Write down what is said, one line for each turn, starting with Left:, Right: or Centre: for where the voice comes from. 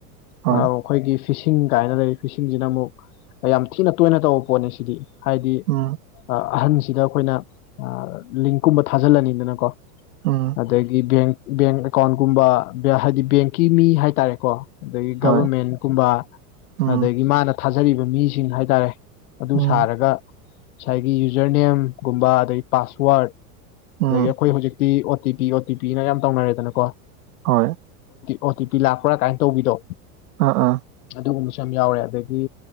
Right: ꯍꯣꯏ
Left: ꯑꯧꯎ ꯑꯩꯈꯣꯏꯒꯤ ꯐꯤꯁꯤꯡ ꯀꯥꯏꯅ ꯂꯩꯔꯤ ꯐꯤꯁꯤꯡꯁꯤꯅ ꯑꯃꯨꯛ ꯌꯥꯝ ꯊꯤꯅ ꯇꯣꯏꯅ ꯇꯧꯕ ꯄꯣꯠꯅꯤ ꯁꯤꯗꯤ ꯍꯥꯏꯗꯤ
Right: ꯎꯝ
Left: ꯑꯍꯟꯁꯤꯗ ꯑꯩꯈꯣꯏꯅ ꯂꯤꯡꯀꯨꯝꯕ ꯊꯥꯖꯤꯜꯂꯅꯤꯗꯅꯀꯣ
Right: ꯎꯝ
Left: ꯑꯗꯒꯤ ꯕꯦꯡ ꯕꯦꯡ ꯑꯦꯀꯥꯎꯟꯒꯨꯝꯕ ꯍꯥꯏꯗꯤ ꯕꯦꯡꯀꯤ ꯃꯤ ꯍꯥꯏꯇꯥꯔꯦꯀꯣ ꯑꯗꯒꯤ
Right: ꯍꯣꯏ
Left: ꯒꯕꯔꯃꯦꯟꯀꯨꯝꯕ
Right: ꯎꯝ
Left: ꯑꯗꯒꯤ ꯃꯥꯅ ꯊꯥꯖꯔꯤꯕ ꯃꯤꯁꯤꯡ ꯍꯥꯏꯇꯥꯔꯦ ꯑꯗꯨ
Right: ꯎꯝ
Left: ꯁꯥꯔꯒ ꯉꯁꯥꯏꯒꯤ ꯌꯨꯖꯔ ꯅꯦꯝꯒꯨꯝꯕ ꯑꯗꯒꯤ ꯄꯥꯁꯋꯥꯔꯗ
Right: ꯎꯝ
Left: ꯑꯗꯒꯤ ꯑꯩꯈꯣꯏ ꯍꯧꯖꯤꯛꯇꯤ O T P O T ꯄꯤꯅ ꯌꯥꯝ ꯇꯧꯅꯔꯦꯗꯅꯀꯣ
Right: ꯍꯣꯏ
Left: ꯑꯣ ꯇꯤ ꯄꯤ ꯂꯥꯛꯄ꯭ꯔꯥ ꯀꯥꯏꯅ ꯇꯧꯕꯤꯗꯣ
Right: ꯑꯥ ꯑꯥ
Left: ꯑꯗꯨꯒꯨꯝꯕꯁꯨ ꯌꯥꯝ ꯌꯥꯎꯔꯦ ꯑꯗꯒꯤ